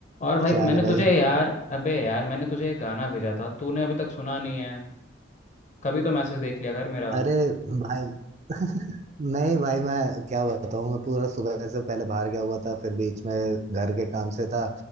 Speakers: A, on the left (about 35°); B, on the right (about 35°).
A: और भाई
B: क्या हाल
A: मैंने
B: है भाई
A: तुझे यार अबे यार मैंने तुझे एक गाना भेजा था तूने अभी तक सुना नहीं है कभी तो मैसेज देख लिया कर मेरा
B: अरे भाई <laughs> नहीं भाई मैं क्या बताऊँ मैं पूरा सुबह से पहले बाहर गया हुआ था फिर बीच में घर के काम से था